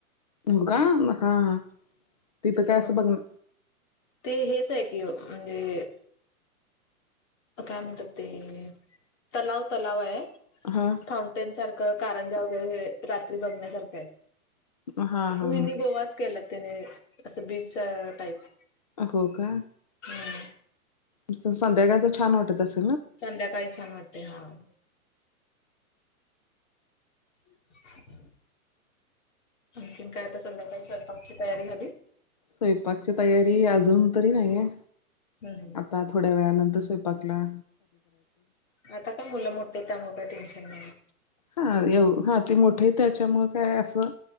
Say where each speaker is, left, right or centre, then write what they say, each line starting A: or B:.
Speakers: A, on the left (about 30°); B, on the left (about 50°).
A: हो का, हा तिथं
B: तिकड
A: काय
B: पण
A: असं बघ ना
B: ते हेच आहे की ओ म्हणजे अ काय म्हणतात ते तलाव तलाव ये.
A: हां.
B: माउंटेन सारख कारंजा वगैरे रात्री बघण्यासारखे ये,
A: हा हा हा
B: मिनी गोवाच. केल्यात त्यांनी अ असं बीचं टाईप
A: हो का.
B: हम्म.
A: तिथं संध्याकाळचं छान वाटत अस
B: संध्याकाळी छान वाटते, हां. <inaudible> आणखीन काय आता संध्याकाळी स्वयपाकची तयारी झाली?
A: स्वयपाक ची तयारी अजून तरी नाहीये,
B: हम्म
A: आता थोड्या वेळानंतर स्वयपाकला
B: आता काय मुलं मोठीत, त्यामुळं काय टेन्शन नाही.
A: हा येऊ हा ते मोठी त्याच्यामुळ काय असं